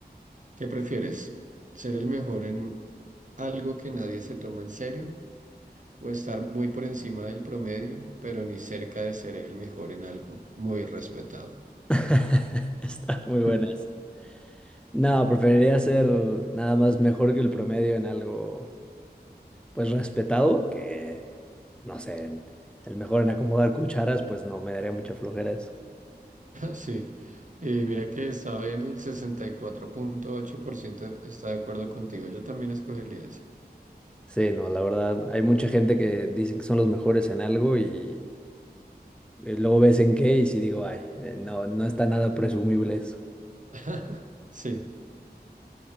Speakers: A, on the right; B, in the centre.
A: ¿Qué prefieres? ¿Ser el mejor en algo que nadie se toma en serio? ¿O estar muy por encima del promedio, pero ni cerca de ser el mejor en algo muy respetado?
B: <laughs> Está muy buena
A: <laughs>
B: esa. No, preferiría ser nada más mejor que el promedio en algo, pues respetado, que no sé, en- el mejor en acomodar cucharas, pues no, me daría mucha flojera eso.
A: Sí. Y mira que estaba viendo y el sesenta y cuatro punto ocho por ciento está de acuerdo contigo. Yo también escogería ese.
B: Sí, no, la verdad, hay mucha gente que dicen que son los mejores en algo y Eh, Luego ves en qué y si digo, ay, eh, no, no está nada presumible eso.
A: <laughs> Sí,